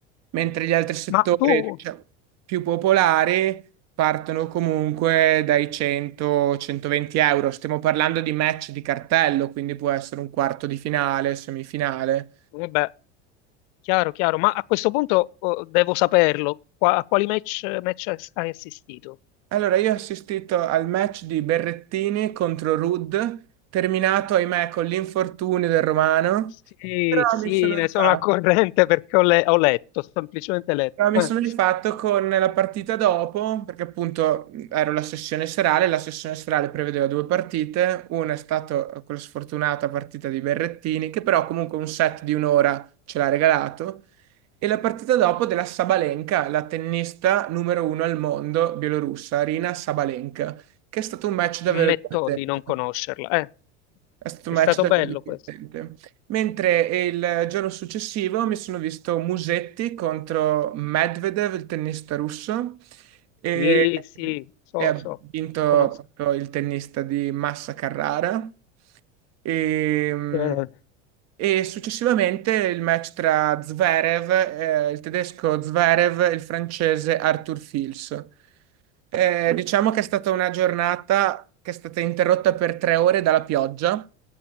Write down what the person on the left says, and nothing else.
ma tu,
vabbè, Chiaro, chiaro, ma a questo punto oh, devo saperlo, Qua- a quali match, match as- hai assistito?
Sì,
sì,
ne
sono a corrente perché ho, le- ho letto, semplicemente letto.
Eh.
Ammetto
di non conoscerla. eh.
È
stato
bello
questo.
Sì, sì, so,
so,
conosco.
Eh,